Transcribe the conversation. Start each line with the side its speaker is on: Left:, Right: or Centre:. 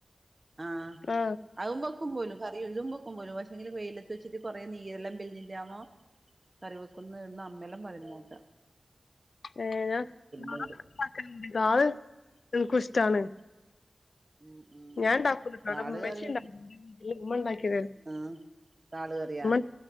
Right: ആ
Left: ആ
Right: ഔമ്പോ പക്ക പോോലും കറി ഇതും പൊക്കും പോലും പക്ഷെങ്കില വെയിലത്ത് വച്ചട്ട് കുറെ നീരെല്ലാം ബെിൻന്റെ ആവോ കറിവെക്കുന്ന് എന്നമ്മലം പറയുന്നേക്ക
Left: ഏകനകാ
Right: പണ്ട്
Left: ള്എനക്കും ഇഷ്ടാണ്
Right: ഉം
Left: ഞാൻ ഉണ്ടാക്കൂലട്ടോ
Right: താട്
Left: ഇവിടെ ഉമ്മച്ചി
Right: ക ള്
Left: ഉണ്ടാക്കും എന്റെ വീട്ടില് ഉമ്മ ഉണ്ടാക്കി തരും
Right: എ നാള് കേറിയാ
Left: ഉമ്മ